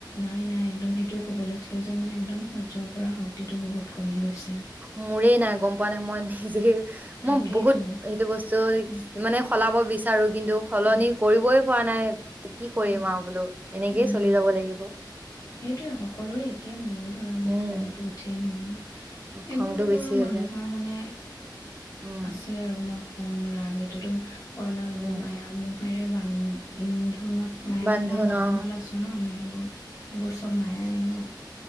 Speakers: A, on the left (about 40°); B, on the right (about 20°).
A: নাই নাই একদম সেইটোৱে ক'ব লৈছিলো যে মানে একদম সহ্য কৰা শক্তিটো বহুত কমি গৈছে
B: মোৰে নাই গম পোৱা নাই মই নিজে
A: তাকেইতো
B: মই বহুত সেইটো বস্তু
A: উম,
B: মানে সলা অ' বিচাৰো কিন্তু সলনি
A: উম,
B: কৰিবই পোৱা নাই কি কৰিম
A: উম,
B: আৰু বোলো এনেকেই
A: উম।
B: চলি যাব লাগিব
A: সেইটোৱে সকলোৰে একেই মোৰো ধৰা মানে
B: উম
A: খংটো উঠিল নানে
B: খংটো
A: এইবোৰতোতো
B: বেছি
A: আৰু
B: হৈ
A: মানুহৰ
B: যায়
A: মানে
B: উম
A: আছে আৰু ন খং ৰাগ এইটোতো কয় ন এইবোৰ
B: উম
A: মায়া মোহ ভৈৰে বান্ধোনত মায়া
B: বান্ধোন
A: মোহৰ বান্ধোনত
B: অ
A: আছো ন আমি সেইবোৰ সেইবোৰ চব মায়াই ন